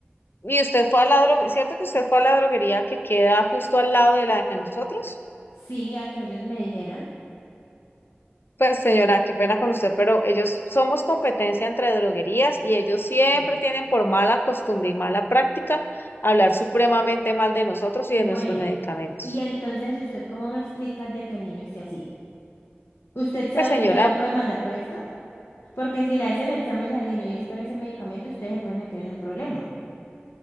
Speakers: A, on the left (about 60°); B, on the left (about 80°).
A: y usted fue a la droguería, ¿cierto que usted fue a la droguería que queda justo al lado de la de nosotros?
B: sí, a que ellos me dijeran.
A: Pues señora, qué pena con usted, pero ellos somos competencia entre droguerías y ellos siempre
B: Sí.
A: tienen por mala costumbre y mala práctica hablar supremamente mal de nosotros y
B: Bueno,
A: de nuestros medicamentos.
B: y entonces, ¿usted cómo me explica de que el niño esté así? ¿Usted sabe
A: Pues señora,
B: que yo la puedo demandar por esto? Porque si le hacen exámenes al niño y es por ese medicamento, ustedes se pueden meter en un problema.